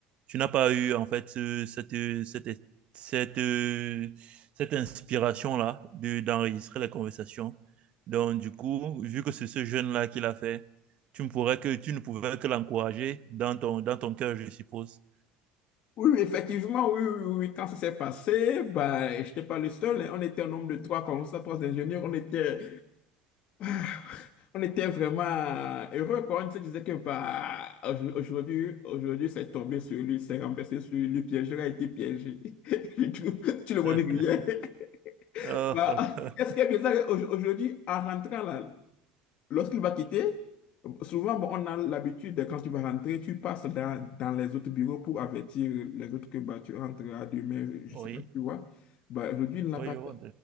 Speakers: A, on the right; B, on the left.
A: tu n'as pas eu en fait ce- cette, cette, cette, euh, cette inspiration-là de, d'enregistrer la conversation. Donc, du coup, vu que c'est ce jeune-là qui l'a fait, tu ne pourrais que, tu ne pouvais que l'encourager dans ton, dans ton cœur, je suppose.
B: oui, oui, effectivement, oui, oui, oui, oui, quand ça s'est passé, bah, je n'étais pas le seul. hein. On était un nombre de trois comme ça, trois ingénieurs. On était, <sighs> on était vraiment heureux quoi. On se disait que bah, aujourd'hui, aujourd'hui, aujourd'hui, c'est tombé sur lui, c'est renversé sur lui, le piégeur a été piégé. <laughs> Du Tout le monde
A: <laughs>
B: riait. <laughs>
A: Euh,
B: Bah,
A: <laughs>
B: est-ce qu'il y a bizarre, au- aujourd'hui, en rentrant là, Lorsqu'il va quitter, souvent, bon, on a l'habitude, de, quand tu vas rentrer, tu passes dans, dans les autres bureaux pour avertir les autres que bah, tu rentres à demain, je
A: oui,
B: ne sais pas, tu vois. Bah, aujourd'hui, il ne l'a
A: oui,
B: pas
A: je
B: fait.
A: vois.